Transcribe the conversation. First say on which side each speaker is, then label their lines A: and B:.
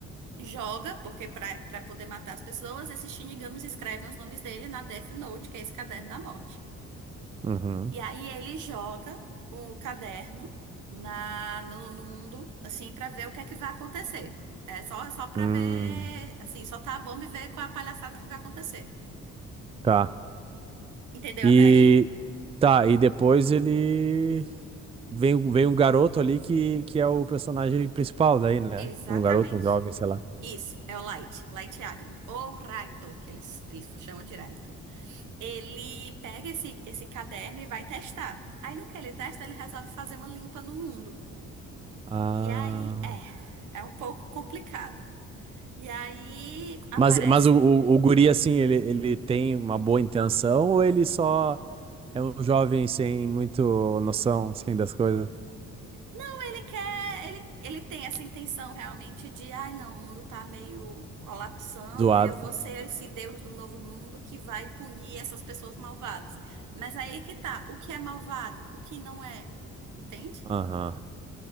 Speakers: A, on the right; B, on the right.
A: joga, porque pra pra poder matar as pessoas, esses Shinigamis escrevem os nomes dele na Death Note, que é esse caderno da morte.
B: uhum,
A: E aí ele joga o caderno na no, no mundo, assim, pra ver o que é que vai acontecer. É só, só para
B: hum,
A: ver, assim, soltar a bomba e ver qual é a palhaçada que vai acontecer.
B: tá.
A: Entendeu
B: E
A: até aí?
B: tá, e depois ele vem, vem um garoto ali que, que é o personagem principal daí, né?
A: Exatamente.
B: Um garoto, um jovem, sei lá.
A: Isso, é o Light, Light Yagami. Ou Raito, que eles, eles chamam de Raito. ele pega esse, esse caderno e vai testar. Aí no que ele testa, ele resolve fazer uma limpa no mundo.
B: Ah.
A: E aí, é, é um pouco complicado. E aí aparece.
B: Mas, mas o, o, o guri, assim, ele, ele tem uma boa intenção ou ele só é um jovem sem muito noção, assim, das coisas?
A: Então ele quer, ele, ele tem essa intenção realmente de, ai não, o mundo tá meio colapsando
B: Zoado.
A: e eu vou ser esse Deus do novo mundo que vai punir essas pessoas malvadas. Mas aí que tá, o que é malvado, o que não é, entende?
B: Aham,